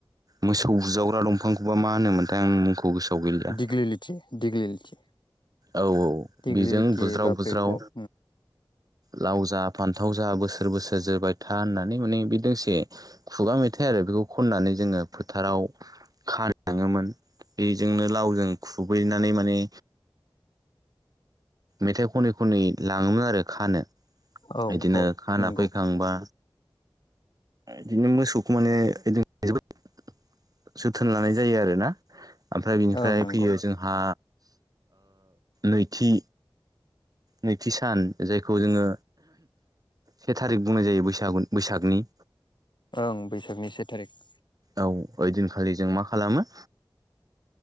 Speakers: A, on the right; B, on the left.
A: मोसौ बुजावग्रा दंफांखौबा मा होनो मोनथाय आं मुंखौ खौ गोसोआव गैलिया
B: दिग्लिलिथि दिग्लिलिथि
A: औ औ
B: दिग्लिलिथि
A: बेजों बुज्राव
B: बा बेकप
A: बुज्राव लाव जा फान्थाव जा बोसोर बोसोर जोबाय था होननानै माने बे दोंसे खुगा मेथाइ आरो बेखौ खननानै जोङो फोथाराव खार थङोमोन बेजोंनो लावजों खुबैनानै माने मेथाइ खनै खनै लाङोमोन आरो खानो
B: औ
A: बिदिनो
B: औ
A: खाना
B: नंगौ
A: फैखांबा बिदिनो मोसौखौ माने <unintelligible> जोथोन लानाय जायो आरो ना ओमफ्राय बिनिफ्राय
B: ओं नंगौ
A: फैयो जोंहा नैथि नैथि सान जायखौ जोङो से थारिख बुंनाय जायो बैसाग बैसागनि
B: ओं बैसागनि से थारिख
A: औ ओइ दिनखालि जों मा खालामो?